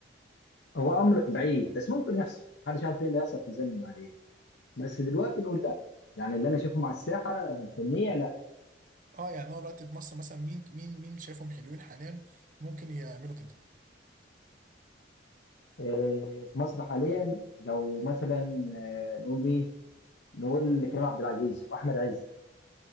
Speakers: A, on the left (about 65°); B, on the right (about 45°).
A: هو امر بعيد بس ممكن يحصل محدش عارف ايه اللي هيحصل في الزمن بعدين بس دلوقتي نقول لا يعني اللي انا شايفه مع الساحه الفنيه لا
B: اه يعني هو دلوقتي في مصر مثلا مين مين مين شايفهم حلوين حاليا ممكن يعملوا كده
A: آه، في مصر حاليا لو مثلا آه، نقول مين نقول كريم عبد العزيز واحمد عز